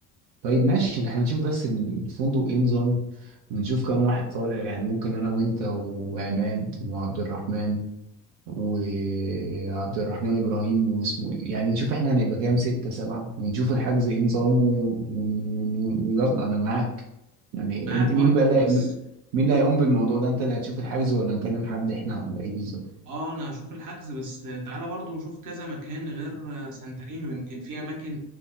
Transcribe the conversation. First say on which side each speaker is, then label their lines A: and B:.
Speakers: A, on the right (about 75°); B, on the right (about 50°).
A: طيب ماشي احنا نشوف بس الفندق ايه نظام ونشوف كم واحد طالع يعني ممكن انا وانت وعماد وعبد الرحمن وعبد الرحمن ابراهيم واسمه إيه. يعني نشوف احنا هنبقى كام ستة سبعة ونشوف الحجز ايه نظامه ون- ون- ويلا انا معاك يعني
B: معاك
A: انت
B: برضو
A: مين بقى اللي-
B: بس
A: مين اللي هيقوم بالموضوع ده انت اللي هتشوف الحجز ولا نكلم حد احنا ولا ايه بالظبط
B: اه انا هشوف الحجز بس تعالى برضو نشوف كذا مكان غير سانتارينو يمكن في اماكن